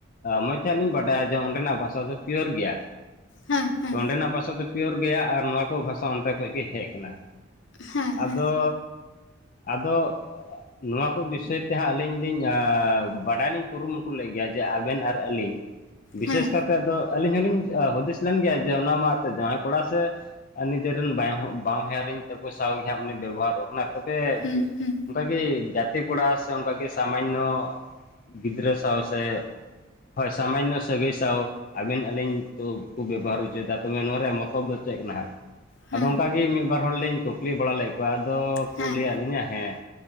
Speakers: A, on the left; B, on the left.
A: ᱢᱚᱡᱽ ᱛᱮᱦᱟᱜ ᱞᱤᱧ ᱵᱟᱰᱟᱭᱟ ᱡᱮ ᱚᱸᱰᱮᱱᱟᱜ ᱵᱷᱟᱥᱟ ᱫᱚ ᱯᱤᱭᱳᱨ ᱜᱮᱭᱟ᱾
B: ᱦᱮᱸ ᱦᱮᱸ
A: ᱛᱚ ᱚᱸᱰᱮᱱᱟᱜ ᱵᱷᱟᱥᱟ ᱫᱚ ᱯᱤᱭᱳᱨ ᱜᱮᱭᱟ ᱟᱨ ᱱᱚᱣᱟ ᱠᱚ ᱵᱷᱟᱥᱟ ᱚᱱᱛᱮ ᱠᱷᱚᱡ ᱜᱮ ᱦᱮᱡ ᱠᱟᱱᱟ᱾
B: ᱦᱮᱸ ᱦᱮᱸ
A: ᱟᱫᱚ ᱟᱫᱚ ᱱᱚᱣᱟ ᱠᱩ ᱵᱤᱥᱚᱭ ᱛᱮᱦᱟᱸᱜ ᱟᱹᱞᱤᱧ ᱞᱤᱧ ᱵᱟᱰᱟᱭᱞᱤᱧ ᱠᱩᱨᱩᱢᱩᱴᱩ ᱞᱮᱫ ᱜᱤᱭᱟ ᱡᱮ ᱟᱵᱮᱱ ᱟᱨ ᱟᱹᱞᱤᱧ, ᱵᱤᱥᱮᱥ
B: ᱦᱮᱸ
A: ᱠᱟᱛᱮᱫ ᱟᱫᱚ ᱟᱹᱞᱤᱧ ᱦᱚᱞᱤᱧ ᱦᱩᱫᱤᱥ ᱞᱮᱱ ᱜᱤᱭᱟ ᱡᱮ ᱚᱱᱟ ᱢᱟ ᱛᱮ ᱡᱟᱶᱟᱭ ᱠᱚᱲᱟ ᱥᱮ ᱟᱨ ᱱᱤᱡᱮᱨᱮᱱ ᱵᱟᱦ ᱵᱟᱦᱧᱟᱨᱤᱧ ᱛᱟᱠᱚ ᱥᱟᱶᱜᱮ ᱦᱟᱸᱜ ᱢᱟᱱᱮ ᱵᱮᱵᱚᱦᱟᱨᱚᱜ ᱠᱟᱱᱟ᱾ ᱛᱚᱵᱮ
B: ᱦᱩᱸ
A: ᱵᱤ
B: ᱦᱩᱸ
A: ᱚᱱᱠᱟᱜᱮ ᱜᱟᱛ ᱜᱟᱛᱤ ᱠᱚᱲᱟ ᱥᱮ ᱚᱱᱠᱟ ᱜᱮ ᱥᱟᱢᱟᱧᱱᱚ ᱜᱤᱫᱽᱨᱟᱹ ᱥᱟᱶ ᱥᱮ ᱦᱳᱭ ᱥᱟᱢᱟᱧᱱᱱᱚ ᱥᱟᱹᱜᱟᱹᱭ ᱥᱟᱶ ᱟᱵᱮᱱ ᱟᱹᱞᱤᱧ ᱛᱚ ᱠᱩ ᱵᱮᱵᱚᱦᱟᱨ ᱩᱪᱩᱭ ᱫᱟ ᱛᱚᱵᱮ ᱱᱚᱣᱟ ᱨᱮᱭᱟᱜ ᱢᱚᱛᱞᱚᱵ ᱫᱚ ᱪᱮᱫ ᱠᱟᱱᱟ ᱦᱟᱸᱜ?
B: ᱦᱮᱸ
A: ᱟᱫᱚ ᱚᱱᱠᱟᱜᱤ ᱢᱤᱫ ᱵᱟᱨ ᱦᱚᱲᱞᱤᱧ ᱠᱩᱠᱞᱤ ᱵᱟᱲᱟ ᱞᱮᱫ ᱠᱩᱣᱟ ᱟᱫᱚ ᱠᱩ
B: ᱦᱮᱸ
A: ᱞᱟᱹᱭᱟᱫ ᱞᱤᱧᱟᱹ ᱦᱮᱸ,